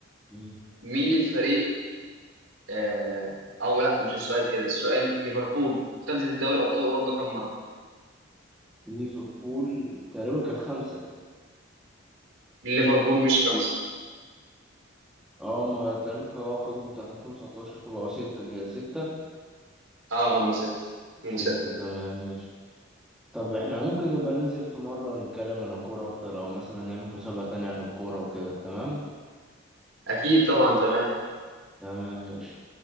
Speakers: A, in the centre; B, on the right (about 85°).
A: مم.
B: مين الفريق آه أو لا مش السؤال كده السؤال ليفربول خدت الدوري أبطال أوروبا كم مرة؟
A: ليفربول تقريبا كانت خمسة
B: ليفربول مش خمسة
A: اه ما تقريبا خدوا خدوا بتاعت 2019 فبقوا ستة كده ستة
B: اه هم ستة
A: ستة
B: هم ستة
A: تمام ماشي طب احنا ممكن نبقى ننزل في مرة نتكلم عن الكورة أكتر أو مثلا نعمل مسابقة تانية عن الكورة وكده تمام؟
B: اكيد طبعا تمام
A: تمام ماشي